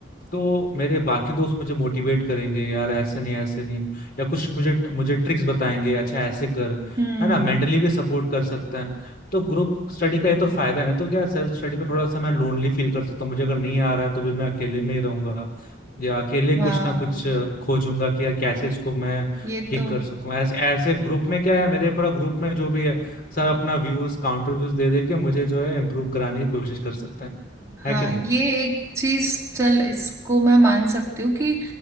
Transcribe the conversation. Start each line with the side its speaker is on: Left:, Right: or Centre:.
Left: तो मेरे बाकी दोस्त मुझे मोटिवेट करेंगे यार ऐसे नहीं ऐसे नहीं या कुछ मुझे मुझे ट्रिक्स बताएंगे अच्छा ऐसे कर
Right: हम्म
Left: है ना मेंटली भी सपोर्ट कर सकते हैं तो ग्रुप स्टडी का ये तो फायदा है ना तो क्या सेल्फ स्टडी में थोड़ा सा मैं लोनली फील कर सकता हूँ मुझे अगर नहीं आ रहा है तो भी मैं अकेले में ही रहूंगा या अकेले कुछ
Right: हाँ
Left: ना कुछ अ, खोजूंगा कि यार कैसे इसको मैं
Right: ये
Left: ठीक
Right: तो
Left: कर सकूं ऐसे ऐसे ग्रुप में क्या है मेरे पूरा ग्रुप में जो भी है सर अपना व्यूज काउंटर व्यूज दे दे के मुझे जो है इम्प्रूव कराने की कोशिश कर सकते हैं है
Right: हाँ
Left: कि नहीं
Right: ये एक चीज चल इसको मैं मान सकती हूँ कि